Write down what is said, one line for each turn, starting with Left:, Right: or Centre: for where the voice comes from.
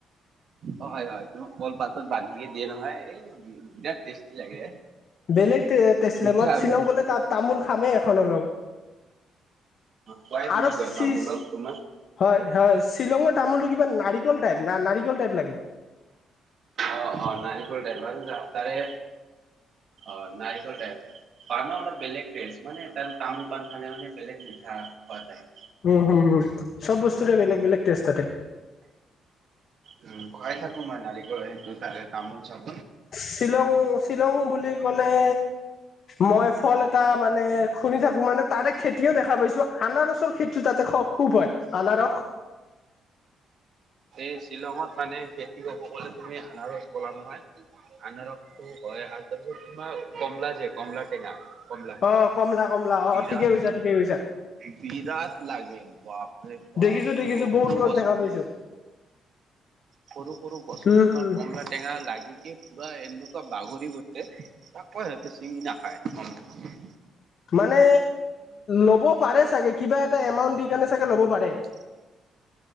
Right: অ হয় হয়। কল পাতত বান্ধিয়ে দিয়ে নহয় এই বিৰাট টেষ্টি লাগে
Left: বেলেগ তেত
Right: মিঠা আবেল
Left: শ্বিলং গলে তাত তামোল খামেই এখন হ'লেও
Right: কোৱাই বুলি
Left: আৰু
Right: কয়
Left: চি
Right: তামোলক তোমাৰ
Left: হয় হয় শ্বিলঙৰ তামোলটো কিবা নাৰিকল টাইপ না নাৰিকল টাইপ লাগে।
Right: অ অ নাৰিকলৰ ড্ৰাইভাৰ তাৰে অ নাইকলে পাণ অলপ বেলেগ টেষ্ট মানে ত তামোল পাণ খালে মানে বেলেগ মিঠা পোৱা যায়।
Left: উম হুম হুম চব বস্তুতে বেলেগ বেলেগ টেষ্ট তাতে
Right: উম পাই থাকো মই নাৰিকলৰ সেইটো তাৰে তামোল চাম।
Left: শ্বিলং শ্বিলং বুলি কলে। মই ফল এটা মানে শুনি থাকো মানে। তাাৰে খেতিও দেখা পাইছো আনাৰসৰ খেতিটো তাতে খুব হয় আনাৰস।
Right: এই শ্বিলঙত মানে খেতি ক'ব গলে তুমি আনাৰস পলা নহয়। আনাৰকটো হয় আৰু তাৰপ তোমাৰ কমলা যে কমলা টেঙা। কমলা
Left: অ কমলা কমলা অ
Right: বিৰাট
Left: ঠিকে কৈছা ঠিকে কৈছা
Right: বিৰাট। লাগে বাপৰে বা
Left: দেখিছো
Right: সৰু
Left: দেখিছো বহুত
Right: সৰু
Left: গছ
Right: গছৰ
Left: দেখা পাইছো
Right: সৰু সৰু গছত
Left: উম
Right: তোমাৰ কমলা টেঙা লাগি কি পুৰা এনেকুৱা বাগৰি গৈছে তাক কো সিহতি চিঙি নাখায় কমলা তেঙা
Left: মানে ল'ব পাৰে চাগে কিবা এটা এমাউন্ট দি কাৰণে চাগে ল'ব পাৰে।
Right: <inaudible>